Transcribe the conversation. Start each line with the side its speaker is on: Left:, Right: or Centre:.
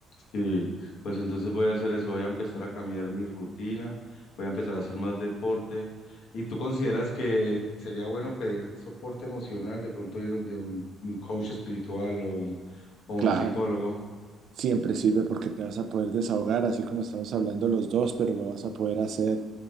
Left: Sí, pues entonces voy a hacer eso, voy a empezar a cambiar mi rutina, voy a empezar a hacer más deporte. ¿Y tú consideras que sería bueno pedir soporte emocional, de pronto ir donde un, un coach espiritual o un, o un
Right: Claro.
Left: psicólogo?
Right: Siempre sirve porque te vas a poder desahogar, así como estamos hablando los dos, pero lo vas a poder hacer